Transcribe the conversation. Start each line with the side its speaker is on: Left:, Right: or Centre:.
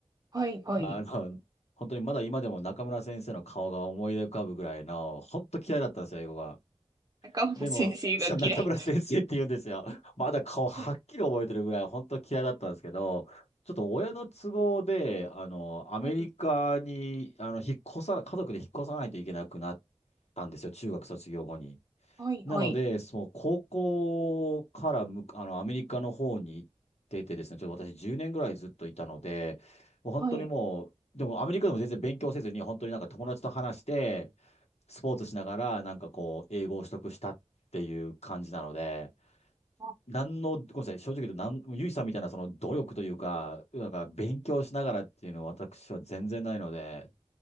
Right: はい、はい。
Left: あの、本当にまだ今でも中村先生の顔が思い浮かぶぐらいの、本当嫌いだったんですよ、英語が。
Right: 中本先生が嫌い。
Left: でも、その中村先生って言うんですよ。まだ顔はっきり覚えてるぐらい、
Right: は
Left: 本当嫌いだったんですけど、ちょっと親の都合で、あの、アメリカに、
Right: い、
Left: あの、引っ越さ、家族で引っ越さないといけなくなったんですよ、中学卒業後に。
Right: はい、
Left: なので、
Right: はい。
Left: その高校からむ、あの、アメリカの方に行っててですね、ちょっと私10年ぐらいずっといたので、もう本当にもう、
Right: はい、
Left: でもアメリカでも全然勉強せずに、本当になんか友達と話して、スポーツしながら、なんかこう、英語を取得したっていう感じなので、
Right: あ、
Left: なんの、ごめんなさい、正直言うと、なん、ゆいさんみたいなその努力というか、なんか勉強しながらっていうのは私は全然ないので、